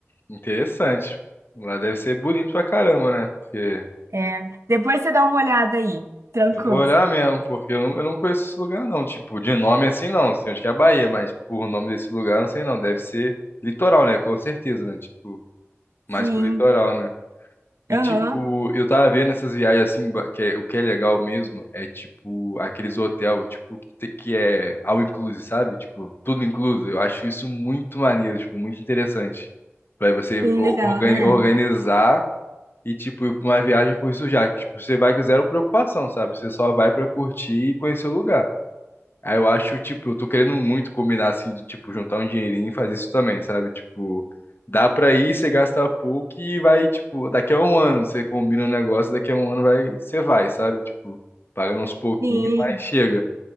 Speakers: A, on the left (about 50°); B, on the right (about 75°).
A: interessante. Lá deve ser bonito pra caramba, né? Porque
B: É, depois você dá uma olhada aí. Trancoso.
A: Eu vou olhar mesmo, porque eu não, eu não conheço esse lugar, não. Tipo, de nome assim, não. Sei onde que é a Bahia, mas por nome desse lugar, não sei não. Deve ser litoral, né? Com certeza, né? Tipo, mais
B: Sim.
A: pro litoral, né? E,
B: Aham.
A: tipo, eu tava vendo essas viagens assim, ba- que é- o que é legal mesmo é, tipo, aqueles hotel, tipo, que, te- que é all inclusive, sabe? Tipo, tudo incluso. Eu acho isso muito maneiro, tipo, muito interessante. Pra você
B: Sim,
A: o-
B: legal,
A: organi-
B: né?
A: organizar e, tipo, ir pra uma viagem com isso já. Que, tipo, você vai com zero preocupação, sabe? Você só vai pra curtir e conhecer o lugar. Aí eu acho, tipo, eu tô querendo muito combinar, assim, de, tipo, juntar um dinheirinho e fazer isso também, sabe? Tipo, dá pra ir, você gasta pouco e vai, tipo, daqui a um ano você combina um negócio, daqui a um ano vai, você vai, sabe? Tipo, pagando uns pouquinhos,
B: Sim.
A: mas chega.